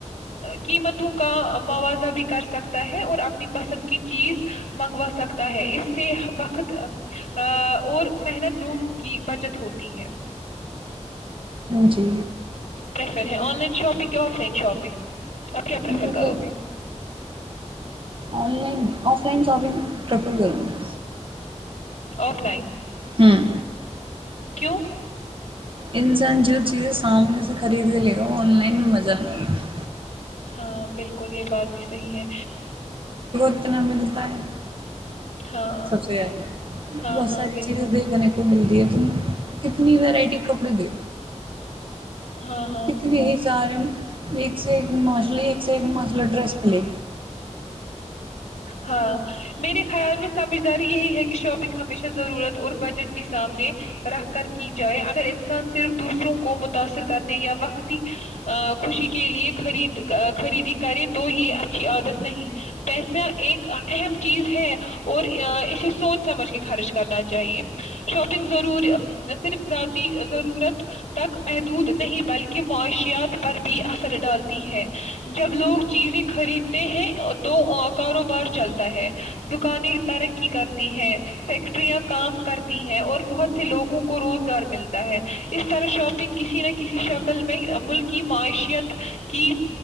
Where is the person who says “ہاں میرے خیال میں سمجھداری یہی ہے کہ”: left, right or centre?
Left